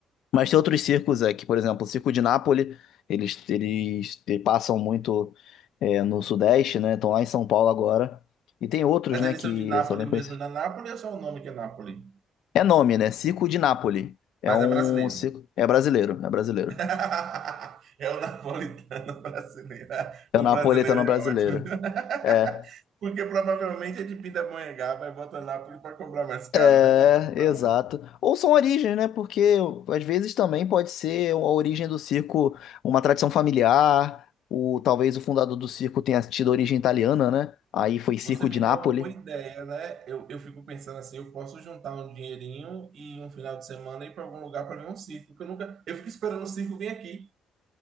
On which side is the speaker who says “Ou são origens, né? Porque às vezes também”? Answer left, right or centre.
Left